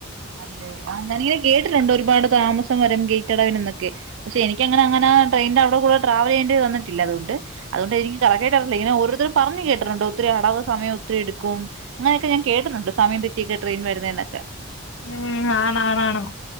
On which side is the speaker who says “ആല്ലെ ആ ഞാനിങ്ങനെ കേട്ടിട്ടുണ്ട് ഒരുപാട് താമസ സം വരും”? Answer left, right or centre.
Right